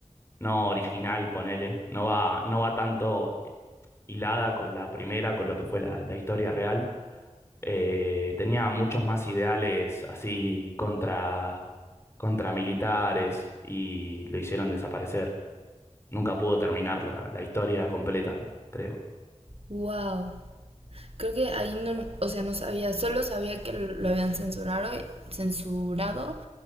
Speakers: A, on the left; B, on the right.
A: no original, ponele, no va, no va tanto hilada con la primera, con lo que fue la, la historia real. Eh, tenía muchos más ideales así contra, contra militares y lo hicieron desaparecer. Nunca pudo terminar la, la historia completa, creo.
B: Wow. Creo que ahí no, o sea, no sabía, solo sabía que lo habían censurado, censurado